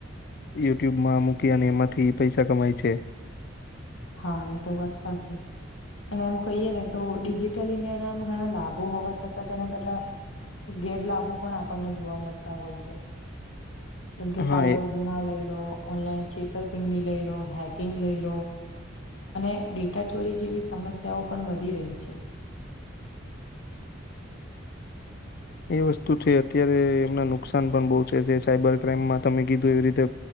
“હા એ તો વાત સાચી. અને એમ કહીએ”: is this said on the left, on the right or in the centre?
Left